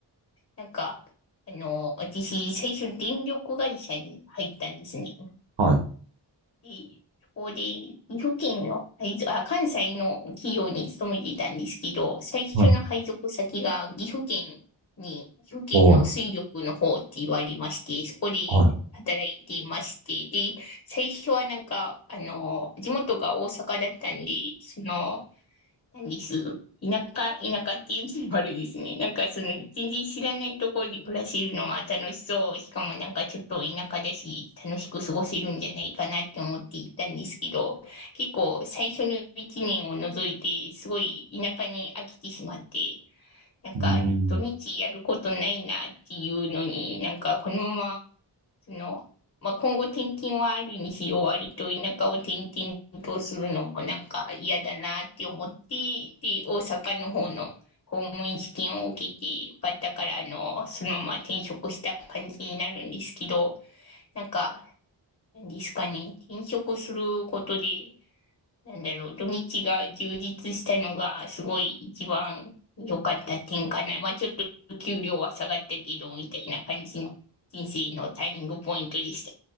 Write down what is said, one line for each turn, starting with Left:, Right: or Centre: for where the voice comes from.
Left: なんか、あの、私、最初、電力会社に入ったんですね。
Right: はい。
Left: で、そこで、岐阜県の配属、あ、関西の企業に勤めていたんですけど、最初の配属先が岐阜県に、
Right: はい。
Left: 岐阜県の水力の方って言われまして、
Right: おー
Left: そこで
Right: は
Left: 働いていまして、で、最初はなんか、あの、地元が大阪だったんで、その、何です。田舎、田舎っていうのもあれですね。なんかその全然知らないところで暮らせるのは楽しそう。しかもなんかちょっと田舎だし、楽しく過ごせるんじゃないかなって思っていたんですけど、結構最初の一年を除いて、すごい田舎に飽きてしまって、なんか土日やることないなっていうのに、
Right: い。うーん。
Left: なんかこのままその、まあ、今後転勤はあるにしろ、割と田舎を転々とするのもなんか嫌だなって思って、で、大阪の方の公務員試験を受けてよかったから、あの、そのまま転職した感じになるんですけど、なんか、なんですかね、転職することで、なんだろう、土日が充実したのがすごい一番良かった点かな。まあ、ちょっと給料は下がったけど、みたいな感じの人生のターニングポイントでした。